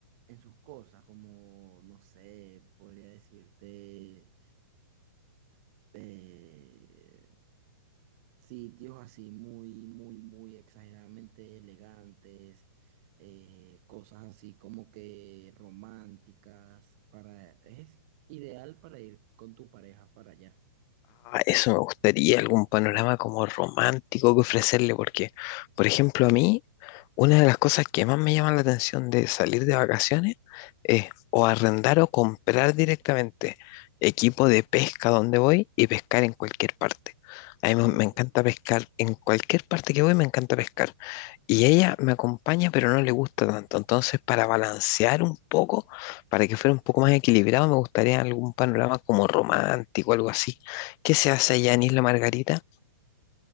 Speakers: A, on the right; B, on the left.
A: en sus cosas, como, no sé, podría decirte, eh, sitios así, muy, muy, muy exageradamente elegantes, eh, cosas así como que románticas, para, es ideal para ir con tu pareja para allá.
B: Ah, Eso me gustaría, algún panorama como romántico que ofrecerle, porque, por ejemplo, a mí, una de las cosas que más me llama la atención de salir de vacaciones es o arrendar o comprar directamente equipo de pesca donde voy y pescar en cualquier parte. A mí me
A: Sí,
B: me
A: bueno.
B: encanta pescar, en cualquier parte que voy me encanta pescar. Y ella me acompaña, pero no le gusta tanto. Entonces, para balancear un poco, para que fuera un poco más equilibrado, me gustaría algún panorama como romántico, algo así. ¿Qué se hace allá en Isla Margarita?